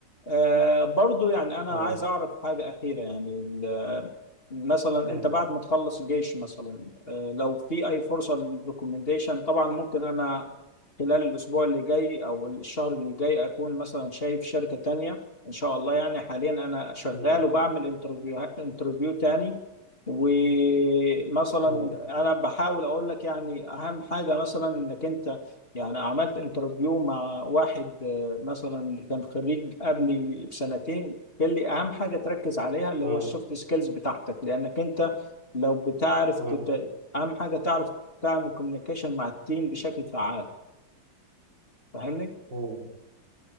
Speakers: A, on the left; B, on the right.
A: آه برضو يعني أنا
B: مم.
A: عايز أعرف حاجة أخيرة يعني ال- مثلا
B: مم.
A: أنت بعد ما تخلص الجيش مثلا آه لو في أي فرصة للريكومنديشن طبعا ممكن أنا خلال الأسبوع اللي جاي أو الشهر اللي جاي أكون مثلا شايف شركة تانية إن شاء الله يعني حاليا أنا شغال
B: مم.
A: وبعمل انترفيو انترفيو تاني ومثلا
B: مم.
A: أنا بحاول أقول لك يعني أهم حاجة مثلا إنك أنت يعني عملت انترفيو مع واحد مثلا كان خريج قبلي بسنتين قال لي اهم حاجه تركز عليها اللي
B: مم.
A: هو السوفت سكيلز بتاعتك لانك انت لو بتعرف
B: مم.
A: تت... اهم حاجه تعرف تعمل كوميونيكيشن مع التيم بشكل فعال فاهمني
B: مم.